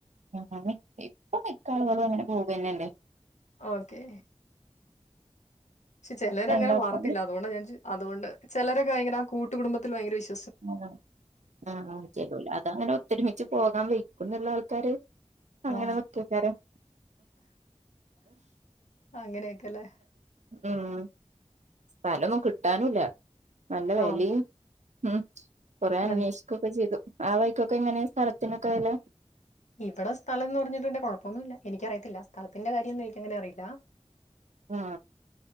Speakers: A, on the right; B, on the left.
A: ആ ഇപ്പ മിക്കാളുകളും അങ്ങനെ പോകന്നല്ലേ
B: ഓക്കെ പക്ഷെ ചിലര്
A: രണ്ടാക്കാര്
B: അങ്ങനെ വർത്തില്ല അതുകൊണ്ട ഞാൻ ചോ അതുകൊണ്ട് ചിലരക്കെ ഭയങ്കര ആ കൂട്ടുടുംബ ത്തിൽ ഭയങ്കര വിശ്
A: ആ ആ ചാലോൽ അതങ്ങനെ ഒത്തൊരുമിച്ച് പോകാൻ വി കുന്നുള്ള ആൾക്കാര് അങ്ങനെ
B: ആഹ്
A: നിക്കെക്കാരം
B: അങ്ങനെയൊക്കെല്ലേ
A: ഉം സ്ഥലൊന്നും കിട്ടാനില്ല നല്ല വേലി
B: ആഹ്
A: ഉം കൊറന്വേഷിക്ക
B: നല്ല
A: ഓക്കെ ചെയ്തു ആ വൈക്കോക്കെ എങ്ങനെ സ്ഥലത്തിനൊക്കെ വില
B: ഇവിടെ സ്ഥലം എന്ന് പറഞ്ഞിട്ട് എന്റെ കുഴപ്പൊന്നുംല്ല എനിക്കറിയത്തില്ല സ്ഥലത്തിന്റെ കാര്യൊന്നും എനിക്കങ്ങനെ അറിയില്ല
A: ആ